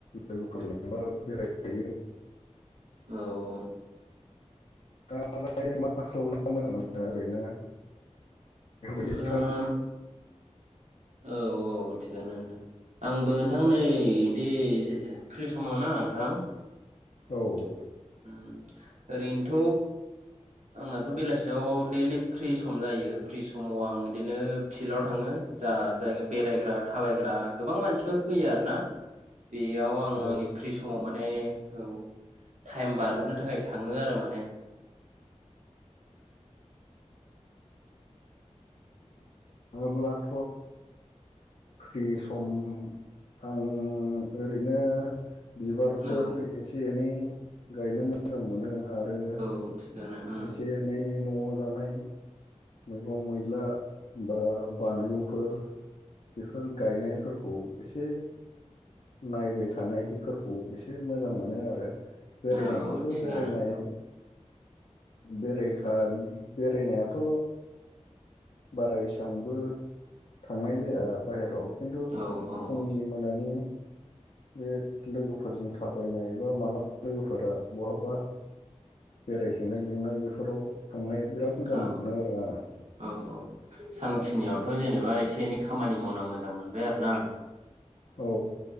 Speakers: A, on the left (about 75°); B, on the right (about 80°).
A: लोगोफोर लेंबा बेराय फायो
B: औ औ
A: नोंथांआलाय मा खालामना मोजां मोनो ओरैनो? बेफोरबायदि
B: ओआन
A: सम
B: औ औ थिगानो नोंथां आंबो नोंथां नै दे फ्रि समाव ना नोंथां
A: औ
B: ओम ओरैनोथ आंनाथ बेलासियाव दैलि फ्रि सम जायो फ्रि समाव आं बिदिनो फिल्डआव थाङो जा जायगा बेरायग्रा थाबायग्रा गोबां मानसिफोर फैयो आरोना बेयाव
A: नंगौ।
B: आं आंनि फ्रि समाव माने औ थाइम बारहोनो थाखाय थाङो आरो माने
A: अब्लाथ फ्रि सम आं ओरैनो बिबारफोर
B: औ
A: एसे एनै गायनो मोजां मोनो आर ओ
B: औ थिगानो ओं
A: एसे एनै न आव जानाय मैगं मैला बा बानलुफोर बेफोर गायनायफोरखौ एसे नायबाय थानायफोरखौ एसे मोजां मोनो आरो बेरायनायखौथ
B: औ थिगानो
A: बेरायनाय
B: औ
A: बेरेखा बेरायनायाथ' बारा इसांबो थांनाय जाया बाहेराव खिन्थु
B: औ औ
A: फुंनि मोनानि बे लोगोफोरजों थाबायनाय एबा मालाबा लोगोफोरा बहाबा बेरायहैनाय लिंनाय बेफोराव थांनो बिराद मोजां
B: औ
A: मोनो आरो आङो।
B: औ औ सानखिनियावथ' जेनेबा एसे एनै खामानि मावना मोजां मोनबाय आरो ना नोंथां।
A: औ